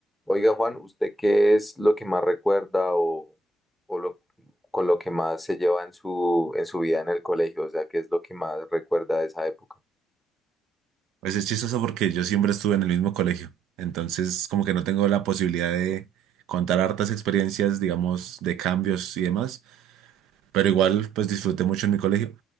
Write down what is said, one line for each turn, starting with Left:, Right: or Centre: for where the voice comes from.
Centre: Oiga, Juan, ¿usted qué es lo que más recuerda o, o lo, con lo que más se lleva en su, en su vida en el colegio? O sea, ¿qué es lo que más recuerda de esa época?
Right: Pues es chistoso porque yo siempre estuve en el mismo colegio, entonces como que no tengo la posibilidad de contar hartas experiencias, digamos, de cambios y demás, pero igual pues disfruté mucho en mi colegio.